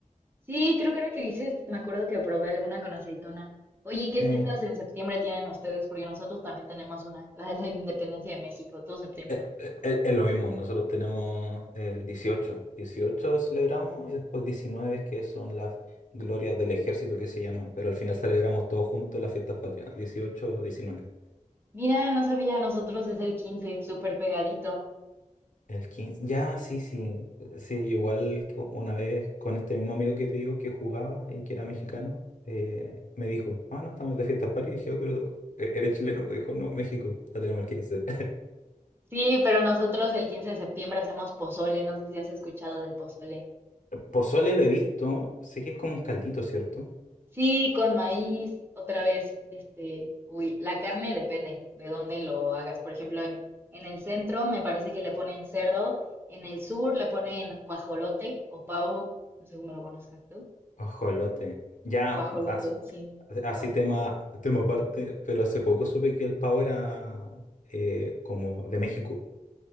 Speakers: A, on the right; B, on the left.
A: Sí, creo que era el que dices, me acuerdo que probé alguna con aceituna. Oye,
B: Sí,
A: ¿y qué fiestas en septiembre tienen ustedes? Porque nosotros también tenemos una, la de la Independencia de México, todo septiembre.
B: Eh, eh, eh, Es, lo mismo, nosotros tenemos el dieciocho dieciocho celebramos y después diecinueve que son las glorias del ejército que se llama, pero al final celebramos todos juntos las fiestas patrias, dieciocho diecinueve
A: Mira, no sabía, nosotros es el 15, súper pegadito.
B: El quince ya, sí, sí, sí, igual que una vez con este mismo amigo que te digo que jugaba y que era mexicano, eh, me dijo, ah, no, estamos de fiestas patrias, y dije, "Oh, pero eh, eres chileno, dijo, no, México, la tenemos el quince
A: Sí, pero nosotros el 15 de septiembre hacemos pozole, no sé si has escuchado del pozole.
B: <laughs> Pozole lo he visto, sé que es como un caldito, ¿cierto?
A: Sí, con maíz, otra vez, este, uy, la carne depende de dónde lo hagas. Por ejemplo, en, en el centro me parece que le ponen cerdo, en el sur le ponen guajolote o pavo, no sé cómo lo conozcas tú.
B: Ajolote. Ya,
A: Guajolote,
B: as-
A: sí,
B: así
A: pavo.
B: tema, tema aparte, pero hace poco supe que el pavo era eh, como de México.